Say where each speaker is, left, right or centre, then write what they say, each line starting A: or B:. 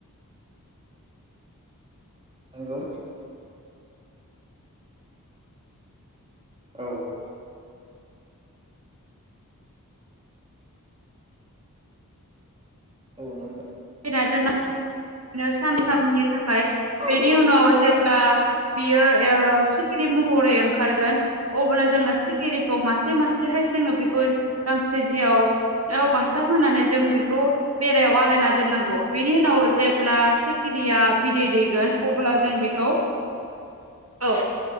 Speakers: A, on the right; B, on the right.
A: नंगौ औ औ नंगौ
B: <unintelligible> सानथामनि थाखाय
A: औ
B: बेनि उनाव जेब्ला बियो सिखिरि महरै ओंखारगोन अब्ला जोङो सिखिरिखौ मासे मासेहै जोङो बेखौ गांसे जियाव बास्थाब होनानै जों बेखौ बेरायाव आलायना दोननांगौ बेनि उनाव
A: औ
B: जेब्ला सिखिरिया बिदै दैगोन अब्ला
A: औ
B: जों बेखौ औ